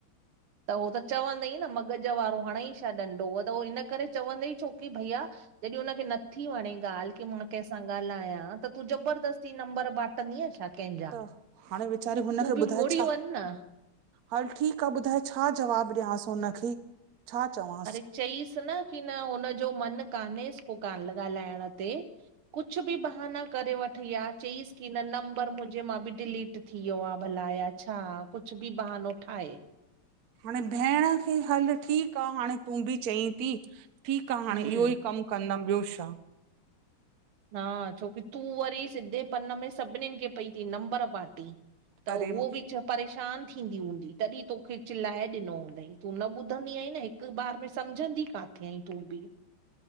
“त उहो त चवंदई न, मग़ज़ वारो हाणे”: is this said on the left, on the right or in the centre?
Right